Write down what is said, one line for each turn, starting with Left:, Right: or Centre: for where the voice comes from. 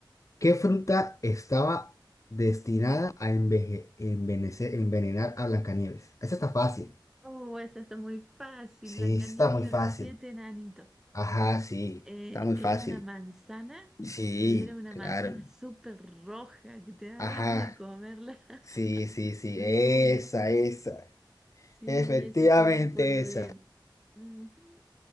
Left: ¿Qué fruta estaba destinada a enveje- envenecer- envenenar a Blancanieves? Esa está fácil.
Centre: Oh, esa está muy fácil.
Left: Sí,
Centre: Blancanieves
Left: esa está muy
Centre: y los
Left: fácil.
Centre: siete enanitos.
Left: Ajá, sí,
Centre: Eh,
Left: está muy
Centre: era
Left: fácil.
Centre: una manzana
Left: Sí,
Centre: y era una
Left: claro.
Centre: manzana súper roja que te da
Left: Ajá,
Centre: ganas de comerla <laughs>
Left: sí, sí, sí,
Centre: de
Left: esa,
Centre: una.
Left: esa.
Centre: Sí,
Left: Efectivamente
Centre: esa sí me acuerdo
Left: esa.
Centre: bien. Ujú.